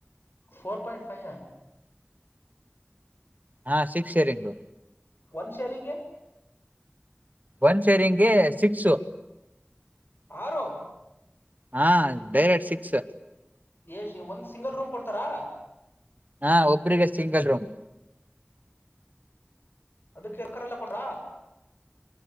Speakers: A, on the left; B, on the right.
A: four point five ಯ
B: ಹಾ ಶಿಕ್ಷೆ ರಂಗು
A: ಒನ್ ಶೇರಿಂಗ
B: ಒಂದ್ ಸೇರಿ ಹಂಗೆ ಸಿಕ್ಕ್ಷು
A: ಆರು
B: ಹಾ ಬೈರೆಡ್ ಸಿ ಅಾ
A: ಎಶ್ ಒಂದ್ ಸಿಂಗಲ್ ರೂಮ್ ಕೊಡ್ತಾರಾ
B: ಹಾ ಒಬ್ರಿಗೆ ಸಿಂಗಲ್ ರೂಮ್
A: ಅದಕ್ಕೆ ಯಕ್ಕರೆಲ್ಲ ಕೊಟಾ